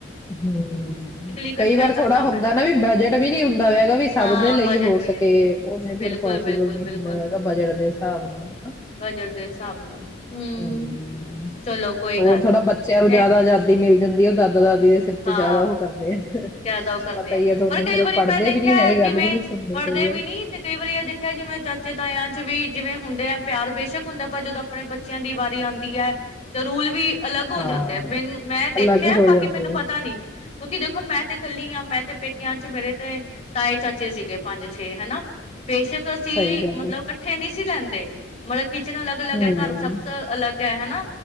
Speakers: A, on the left; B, on the left.
A: ਹੂੰ
B: ਇਕੱਠਿਆਂ
A: ਕਈ ਵਾਰ
B: ਕਰਨਾ
A: ਥੋੜਾ ਹੁੰਦਾ
B: ਪੈਂਦਾ
A: ਨਾ ਵੀ ਬਜਟ ਵੀ ਨੀ ਹੁੰਦਾ ਵੈਗਾ ਵੀ ਸਭ
B: ਹਾਂ
A: ਦੇ ਲਈ
B: ਬਜਟ
A: ਹੋ
B: ਵੀ
A: ਸਕੇ।
B: ਨੇ,
A: ਉਹਨੇ
B: ਬਿਲਕੁਲ
A: ਫਿਰ ਪੋਸੀਬਲ
B: ਬਿਲਕੁਲ
A: ਨੀ
B: ਬਿਲਕੁਲ
A: ਹੁੰਦਾ ਹੈਗਾ ਬਜਟ ਦੇ ਹਿਸਾਬ ਨਾਲ ਹਨ।
B: ਬਜਟ ਦੇ ਹਿਸਾਬ ਨਾਲ ਹਮ
A: ਹੂੰ
B: ਚਲੋ ਕੋਈ
A: ਹੋਰ
B: ਗੱਲ
A: ਥੋੜਾ
B: ਨੀ
A: ਬੱਚਿਆਂ ਨੂੰ ਜ਼ਿਆਦਾ
B: ਇਹ
A: ਜ਼ਿਆਦੀ ਮਿਲ ਜਾਂਦੀ ਉਹ ਦਾਦਾ ਦਾਦੀ
B: ਹਾਂ
A: ਕਰਦੇ ਆ
B: ਜ਼ਿਆਦਾ ਉਹ ਕਰਦੇ
A: ਪਤਾ
B: ਆ
A: ਹੀ ਹੈ ਤੁਹਾਨੂੰ
B: ਪਰ ਕਈ
A: ਫੇਰ ਉਹ
B: ਵਾਰੀ
A: ਪੜ੍ਹਦੇ
B: ਮੈਂ ਦੇਖਿਆ
A: ਵੀ ਨੀ ਹੈਗੇ ਗੱਲ
B: ਜਿਵੇਂ
A: ਵੀ ਨੀ ਸੁਣਦੇ
B: ਪੜ੍ਹਦੇ
A: ਕਈ ਵਾਰ
B: ਵੀ ਨੀ ਤੇ ਕਈ ਵਾਰੀ ਇਹ ਦੇਖਿਆ ਜਿਵੇਂ ਚਾਚੇ ਤਾਇਆਂ ਚ ਵੀ ਜਿਵੇਂ ਹੁੰ ਪਿਆਰ ਬੇਸ਼ੱਕ ਹੁੰਦਾ ਪਰ ਜਦੋਂ ਆਪਣੇ ਬੱਚਿਆਂ ਦੀ ਵਾਰੀ ਆਦੀ ਹੈ ਤੇ ਰੂਲ ਵੀ ਅਲੱਗ ਹੋ
A: ਹਾਂ
B: ਜਾਂਦੇ ਆ ਮੈਨੂੰ ਮੈਂ ਦੇਖਿਆ
A: ਅਲੱਗ ਹੋ
B: ਬਾਕੀ
A: ਜਾਂਦੇ
B: ਮੈਨੂੰ ਪਤਾ
A: ਆ
B: ਕਿਉਕਿ ਦੇਖੋ ਮੈਂ ਤੇ ਕੱਲੀ ਹਾਂ ਮੈਂ ਤੇ ਪੇਕਿਆਂ ਚ ਮੇਰੇ ਤੇ ਤਾਏ ਚਾਚੇ ਬੱਚੇ ਸੀਗੇ ਪੰਜ ਛੇ ਹਨਾ। ਬੇਸ਼ੱਕ ਅਸੀਂ
A: ਸਹੀ ਗੱਲ
B: ਮਤਲਬ
A: ਹੈ
B: ਇਕੱਠੇ ਨਹੀਂ ਲੈਂਦੇ ਮਤਲਬ ਕਿਚਨ ਅਲੱਗ ਅਲੱਗ
A: ਹਮ
B: ਹੈ, ਘਰ ਸਭ ਤੋਂ ਅਲੱਗ ਪਿਆ ਹਨਾ,